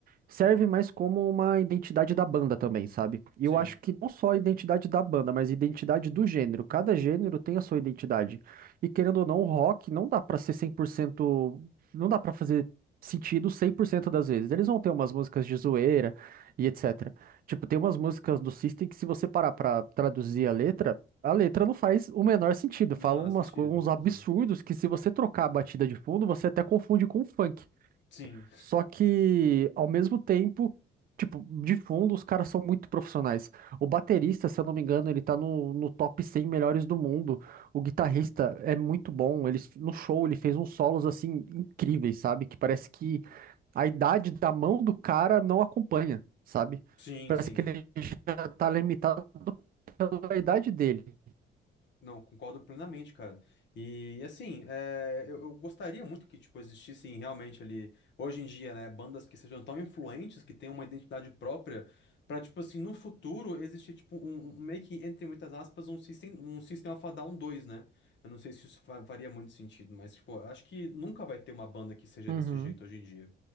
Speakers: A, on the right; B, on the left.
A: serve mais como uma identidade da banda também, sabe? E
B: Sim.
A: eu acho que não só a identidade da banda, mas a identidade do gênero. Cada gênero tem a sua identidade. E querendo ou não, o rock não dá pra ser 100%, não dá pra fazer sentido 100% das vezes. Eles vão ter umas músicas de zoeira e etc. Tipo, tem umas músicas do System que se você parar pra traduzir a letra, a letra não faz o menor sentido.
B: Não,
A: Fala
B: não,
A: umas,
B: não, sentido.
A: co- uns absurdos
B: Pois é.
A: que se você trocar a batida de fundo, você até confunde com o funk.
B: Sim,
A: Só que, ao mesmo tempo, tipo, de fundo, os caras são muito profissionais. O baterista, se eu não me engano, ele tá no, no top 100 melhores do mundo. O guitarrista é muito bom. Ele, no show, ele fez uns solos, assim, incríveis, sabe? Que parece que a idade da mão do cara não acompanha, sabe?
B: <laughs> sim,
A: Parece
B: sim.
A: que ele já tá limitado pela idade dele.
B: Não, concordo plenamente, cara. E assim, é, eu, eu gostaria muito que tipo existissem realmente ali hoje em dia, né, bandas que sejam tão influentes, que tenham uma identidade própria, pra, tipo assim, no futuro existir tipo um, um- um, meio que entre muitas aspas um System, um System of a Down 2, né? Eu não sei se isso fa- faria muito sentido, mas tipo, eu acho que nunca vai ter uma banda que seja
A: Uhum,
B: desse jeito hoje em dia.